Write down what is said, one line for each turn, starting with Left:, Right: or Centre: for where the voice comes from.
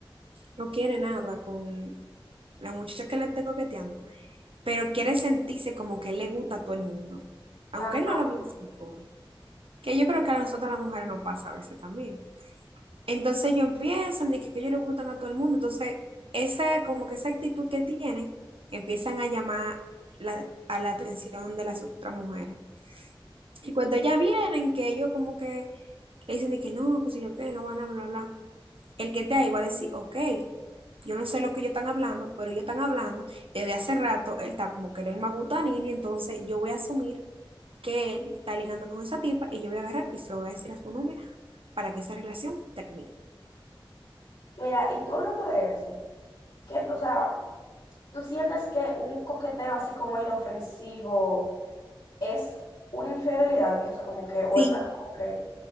Right: no quiere nada con la muchacha que le esté coqueteando, pero quiere sentirse como que él le gusta a todo el mundo, aunque
Left: Ajá.
Right: él no le vaya a decir coro. que yo creo que a nosotras las mujeres nos pasa a veces también. Entonces ellos empiezan de que, que ellos le gustan a todo el mundo, entonces esa, como que esa actitud que tienen, empiezan a llamar la- a la atención de las otras mujeres. Y cuando ellas vienen, que ellos como que le dicen de que no, que si yo qué, no van a hablar, bla, bla. El que te ahí va a decir, ok, yo no sé lo que ellos están hablando, pero ellos están hablando, y desde hace rato él está como que él es el magutanini, entonces yo voy a asumir que él está ligando con esa tipa y yo voy a agarrar y se lo voy a decir a su novia para que esa relación termine.
Left: Mira, y tú hablando de eso, qué o sea, ¿tú sientes que un coqueteo así como inofensivo es una infidelidad? Que, O sea, como que, o
Right: Sí,
Left: es algo como que,